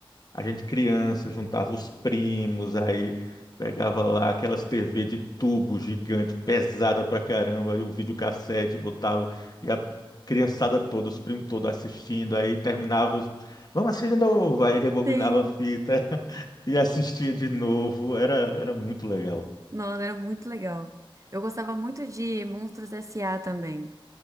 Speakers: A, on the left; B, on the right.
A: a gente criança juntava os primos, aí pegava lá aquelas TV de tubo gigante, pesada pra caramba, e o videocassete botava, e a criançada toda, os primos todos assistindo, aí terminava os... Vamos assistir de novo! Aí rebobinava
B: Sim.
A: a fita <laughs> e assistia de novo. Era, era muito legal.
B: Nossa, era muito legal. Eu gostava muito de Monstros S.A. também.